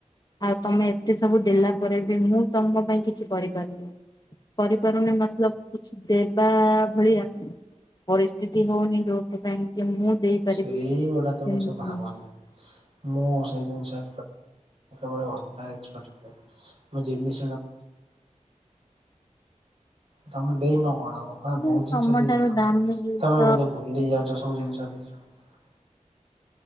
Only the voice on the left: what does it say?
ଆଉ ତମେ ଏତେ ସବୁ ଦେଲା ପରେ ବି ମୁଁ ତମ ପାଇଁ କିଛି କରିପାରୁନି ପରିବାରେ ମତଲବ କିଛି ଦେର ଯ ଭଳିଆ ପରିସ୍ଥିତି ହଉନି ଯୋଉଥିପାଇଁ କି ମୁଁ ଦେଇପାରିବି
ସେମିତି
ନାହିଁ।
ହେଲେ
ତମ
ଠାରୁ ଦାମୀ ଜିନିଷ